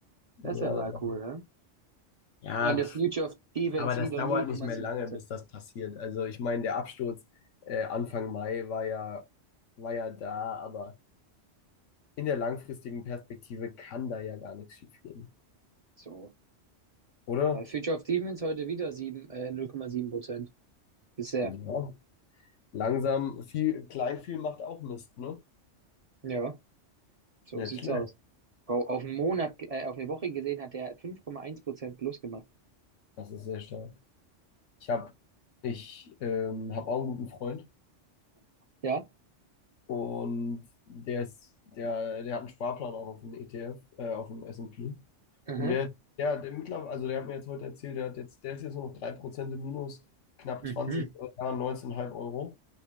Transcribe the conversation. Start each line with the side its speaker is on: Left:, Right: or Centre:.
Right: Das
Left: Ja,
Right: wäre mal cool, ne?
Left: ja,
Right: Und das
Left: pf,
Right: Future of Defense
Left: aber das
Right: wieder
Left: dauert
Right: 0,7%.
Left: nicht mehr lange, bis das passiert. Also ich meine, der Absturz äh, Anfang Mai war ja, war ja da, aber in der langfristigen Perspektive kann da ja gar nichts schief gehen,
Right: So.
Left: oder?
Right: Aber Future of Demons heute wieder 7, äh, null Komma sieben Prozent. Bisher.
Left: Ja. Langsam, viel, klein viel macht auch Mist, ne?
Right: Ja, so
Left: Nicht
Right: sieht's
Left: schlecht.
Right: aus. Oh, auf einen Monat, ge- äh, auf eine Woche gesehen hat er fünf Komma eins Prozent plus gemacht.
Left: Das ist sehr stark. Ich habe ich ähm, hab auch einen guten Freund,
Right: Ja?
Left: Und der ist, der, der hat einen Sparplan auch auf dem ETF, äh, auf dem S&P. Und P.
Right: Aha.
Left: Und der, der, der mittlerweile, also der hat mir jetzt heute erzählt, der hat jetzt, der ist jetzt nur noch 3% im Minus, knapp
Right: Mhm.
Left: 20 äh, 19,5 Euro.